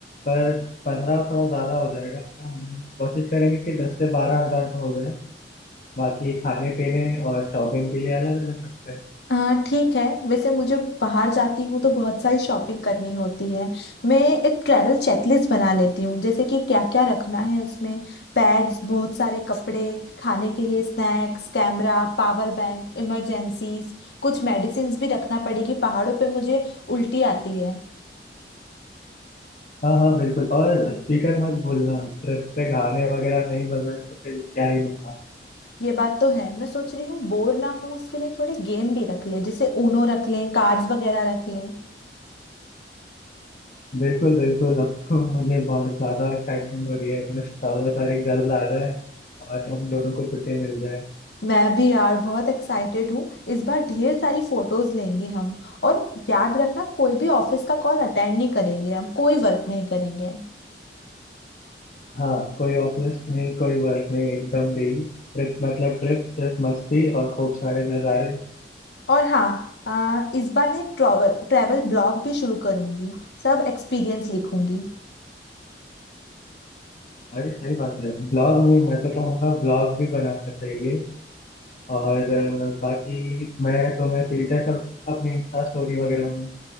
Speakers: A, on the left (about 45°); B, on the left (about 70°).
A: पर पंद्रह थोड़ा ज़्यादा हो जाएगा हम कोशिश करेंगे कि दस से बारह हजार में हो जाए बाकी खाने पीने और शॉपिंग के लिए अलग अलग रखते हैं।
B: हाँ ठीक है वैसे मुझे बाहर जाती हूँ तो बहुत सारी शॉपिंग करनी होती है मैं एक ट्रैवल चेकलिस्ट बना लेती हूँ जैसे कि क्या क्या रखना है उसमें बैग्स बहुत सारे कपड़े खाने के लिए snacks camera power bank emergencies कुछ मेडिसिन्स भी रखना पड़ेगी पहाड़ों पे मुझे उल्टी आती है
A: हाँ हाँ बिल्कुल और स्पीकर मत भूलना ट्रिप पे गाने वगैरह नहीं बजाए तो फिर क्या ही मजा
B: ये बात तो है मैं सोच रही हूँ बोर ना हो उसके लिए थोड़े गेम भी रख लें जैसे ऊनो रख लें कार्ड्स वगैरह रख लें
A: बिल्कुल बिल्कुल अब तो मुझे बहुत ज्यादा एक्साइटमेंट हो रही है बस चौदह तारीख जल्द आ जाए और हम दोनों को छुट्टी मिल जाए
B: मैं भी यार बहुत एक्साइटेड हूँ इस बार ढेर सारी फोटोज लेंगे हम और याद रखना कोई भी ऑफिस का कॉल अटेंड नहीं करेंगे हम कोई वर्क नहीं करेंगे
A: हाँ कोई ऑफिस नहीं कोई वर्क नहीं एकदम भी ट्रिप मतलब ट्रिप सिर्फ मस्ती और खूब सारे नज़ारे
B: और हाँ आ, इस बार मैं ट्रैवल ट्रैवल ब्लॉग भी शुरू करूंगी सब एक्सपीरियंस लिखूंगी
A: अरे सही बात है ब्लॉग भी मैं तो कहूँगा ब्लॉग भी बनाना चाहिए और अ, बाकी मैं तुम्हें फीचर करूँगा अपनी इंस्टा स्टोरी वगैरह में